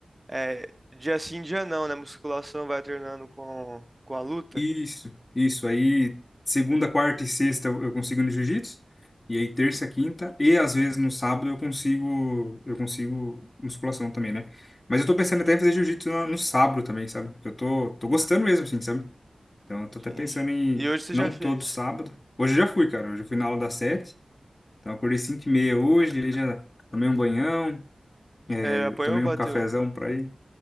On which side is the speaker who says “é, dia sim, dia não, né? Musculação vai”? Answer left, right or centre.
Right